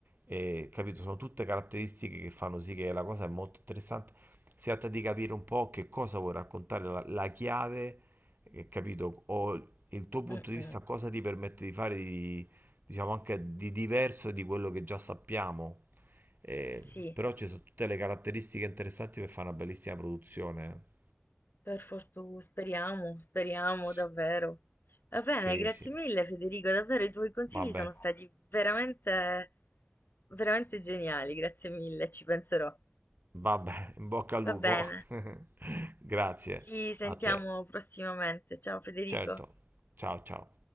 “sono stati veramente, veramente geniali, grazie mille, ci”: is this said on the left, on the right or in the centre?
Left